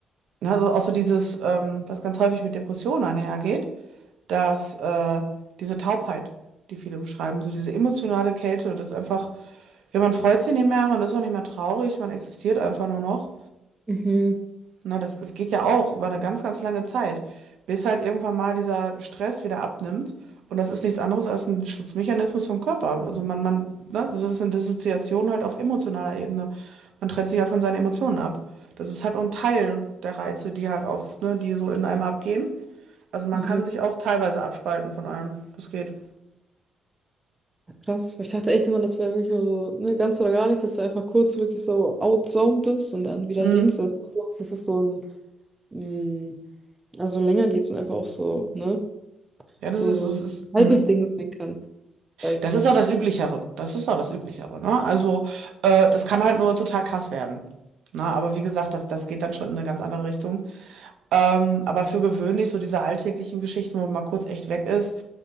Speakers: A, on the right; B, on the right.
A: na, also auch so dieses, ähm, was ganz häufig mit Depressionen einhergeht, dass äh, diese Taubheit, die viele beschreiben, so diese emotionale Kälte, das ist einfach, ja, man freut sich nicht mehr, man ist auch nicht mehr traurig, man existiert einfach nur noch.
B: Mhm,
A: Na, das, das geht ja auch über eine ganz, ganz lange Zeit, bis halt irgendwann mal dieser Stress wieder abnimmt. Und das ist nichts anderes als ein Schutzmechanismus vom Körper. Also man, man, ne, das ist eine Dissoziation halt auf emotionaler Ebene. Man trennt sich halt von seinen Emotionen ab. Das ist halt nur ein Teil der Reize, die halt auf, ne, die so in einem abgehen. Also man
B: mhm.
A: kann sich auch teilweise abspalten von allem. Das geht.
B: Ja, Krass. Weil Ich dachte echt immer, das wäre wirklich nur so, ne, ganz oder gar nichts, dass du einfach kurz wirklich so outzoomed bist und dann wieder
A: Mhm.
B: Dings. Das ist so, das ist so ein, mh, also länger geht's und einfach auch so, ne?
A: Ja,
B: So,
A: das ist,
B: so
A: es
B: ein
A: ist, mhm.
B: halbes Ding sein kann, sag ich
A: Das
B: mal.
A: ist auch das Üblichere. Das ist auch das Üblichere, ne? Also, äh, das kann halt nur total krass werden. Ne? Aber wie gesagt, das, das geht dann schon in eine ganz andere Richtung. Ähm, aber für gewöhnlich, so diese alltäglichen Geschichten, wo man mal kurz echt weg ist,